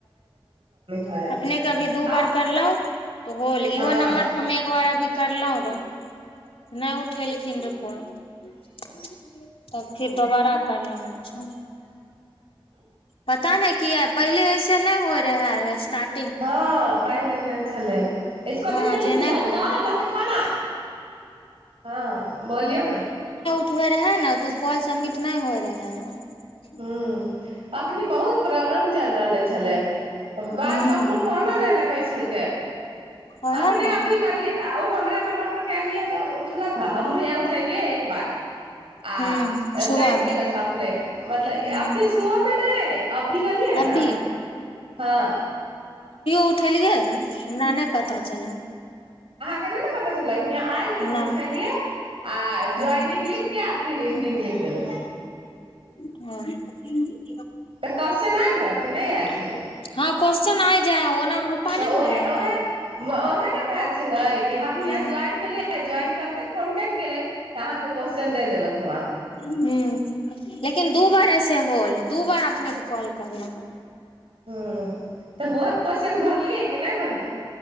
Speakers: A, on the right; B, on the left.
A: हो जाइ
B: अपने
A: छै
B: के अभी दू बार
A: आउ
B: करलौं तऽ होल इहो
A: हँ
B: नंबर पर हमे एक बार अभी करलौं रहय नहि उठेलखिन रहय कोइ तब फेर दोबारा करयल छौ पता नहि कियै पहिले ऐसे नहि होइ रहय है स्टार्ट
A: हँ पहिल नहि छल छले इसको
B: हँ
A: दिजीए लीची
B: जे नहि
A: खाय लेल जाउ ने लऽ के खाउना हँ बोलियौ ने
B: उठबै रहय ने तऽ कॉल सबमिट नहि होइ रहय रे <unintelligible>
A: हूँ अखनी बहुत प्रॉब्लम चलि रहले छलै बार
B: हूं
A: कखनो फोनो नहि लगै छलकै
B: ओहे
A: अपने
B: ने
A: अभी कहलिय आ ओ हमरा नम्बर पर कलियै तऽ उठलक हे हमहुँ यहाँ उठलियै एक बार आ
B: हूँ सुबह
A: कटि
B: मे
A: गेलक ह अपने मतलब
B: हूँ
A: अभी सुबह सुबहमे नहि अभी कलियै है
B: अभी
A: न हँ
B: उठैलियै रहय हमरा नहि पता चलल
A: इहा ने न पता चललै इहा आयल तऽ हम
B: नहि
A: उठेलियै आ
B: हूँ
A: ज्वइनिंग लिख के आ फिर इंडिंग लिख देल
B: ओ
A: तऽ कोश्चन आयल रहय कि नहि आयल छलै
B: हँ क्वेश्चन आइ जाय ओनामे रूपा
A: तऽ
B: नहि ने
A: उहै
B: मिलै
A: उहै
B: है
A: ओहे ने भैल छलै हम
B: हूँ
A: ह या ज्वइनेलिये ज्वान करते फोन कर गेलै तऽ अहाँके क्वेश्चन दे देलक वहाँ
B: हू लेकिन दू बार ऐसे होल दू बार अपने क कॉल कर लेै
A: ह तऽ केश्चन भरलियै कि नहि भरलियै